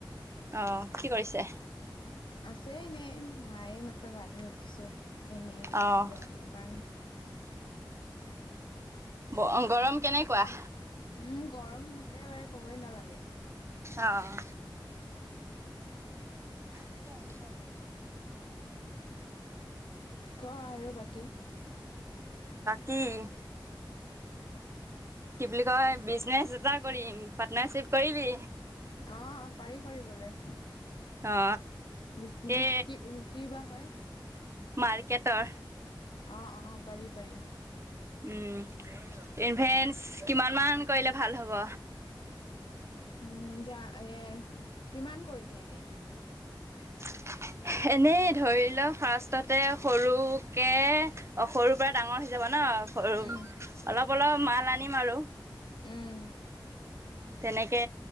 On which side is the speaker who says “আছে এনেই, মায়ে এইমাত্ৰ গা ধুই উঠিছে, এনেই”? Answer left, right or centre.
Left